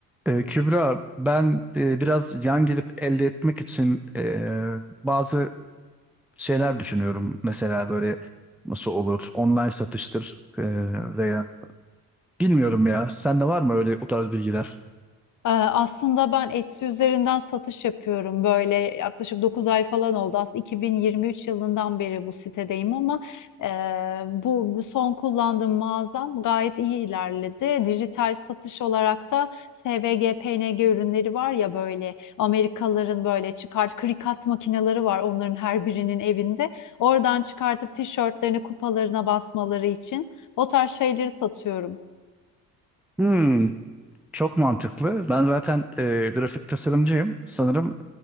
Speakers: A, in the centre; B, on the left (about 40°).
A: Ee, Kübra, ben e, biraz yan gelip elde etmek için e, bazı şeyler düşünüyorum. Mesela böyle nasıl olur, online satıştır e, veya bilmiyorum ya. Sende var mı öyle o tarz bilgiler?
B: Ee, Aslında ben Etsy üzerinden satış yapıyorum. Böyle yaklaşık 9 ay falan oldu. Aslında 2023 yılından beri bu sitedeyim ama e, bu bu son kullandığım mağazam gayet iyi ilerledi. Dijital satış olarak da SVG, PNG ürünleri var ya böyle Amerikalıların böyle çıkart krikat makineleri var onların her birinin evinde. Oradan çıkartıp tişörtlerini kupalarına basmaları için o tarz şeyleri satıyorum.
A: Hmm, çok mantıklı. Ben zaten e, grafik tasarımcıyım. Sanırım